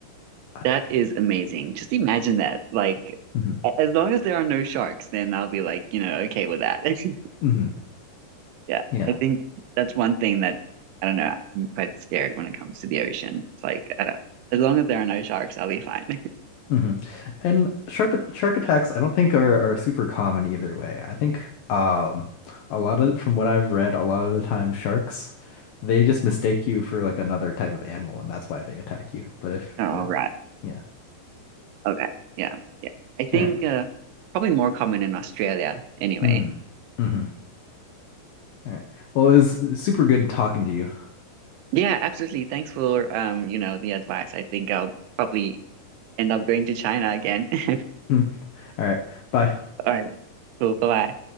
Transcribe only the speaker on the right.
That is amazing. Just imagine that. Like,
a- as long as there are no sharks, then I'll be like, you know, okay with that. <laughs>
Yeah,
I think that's one thing that I don't know. I'm quite scared when it comes to the ocean. It's like, I don't, as long as there are no sharks, I'll be fine.
<laughs> All
right.
Okay. Yeah. Yeah. I think
uh, probably more common in Australia anyway.
Yeah, absolutely. Thanks for um, you know, the advice. I think I'll probably end up going to China again. <laughs>
All right. Cool. Bye-bye.